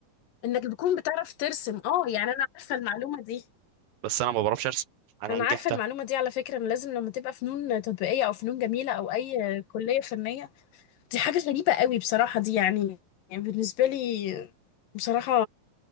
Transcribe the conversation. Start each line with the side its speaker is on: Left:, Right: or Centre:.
Left: إنك تكون بتعرف ترسم أه يعني أنا عارفة المعلومة دي
Right: بس انا ما بعرفش ارسم انا
Left: أنا
Right: نجحت
Left: عارفة المعلومة
Right: أهو.
Left: دي على فكرة إن لازم لما تبقى فنون تطبيقية أو فنون جميلة أو أي كلية فنية دي حاجة غريبة قوي بصراحة دي يعني يعني بالنسبة لي بصراحة